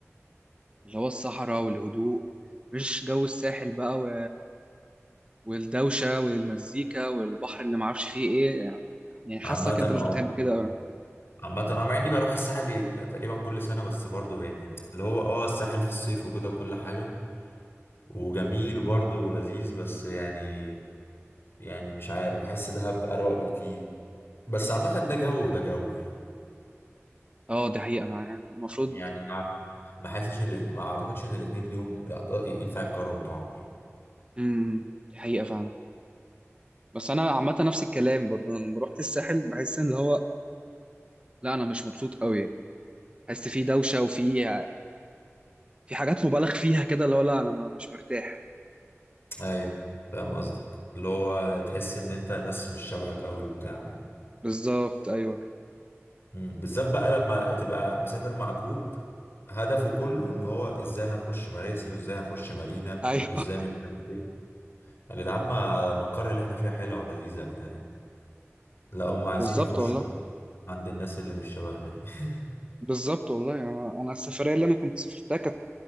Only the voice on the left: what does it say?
عامة
اه
عامة انا مع اني بروح الساحل تقريبا كل سنة بس برضو يعني اللي هو اه الساحل في الصيف وكده وكل حاجة وجميل برضه ولذيذ بس يعني يعني مش عارف بحس دهب أروق بكتير بس عامة ده جو وده جو يعني
يعني ما ما حاسش ان الاتنين ما اعتقدش ان الاتنين ليهم يعط- ينفع يتقارنوا ببعض يعني
ايوه فاهم قصدك اللي هو تحس ان انت ناس مش شبهك قوي وبتاع
مم. بالذات بقى لما تبقى مسافر مع جروب هدفه كله ان هو ازاي هنخش مراسي وازاي هنخش مارينا
وازاي
مش عارف ايه يا جدعان ما ما القرية اللي احنا فيها حلوة ولذيذة يا جدعان لا هم عايزين
يخشوا
بقى عند الناس اللي مش شبهنا دي <laughs>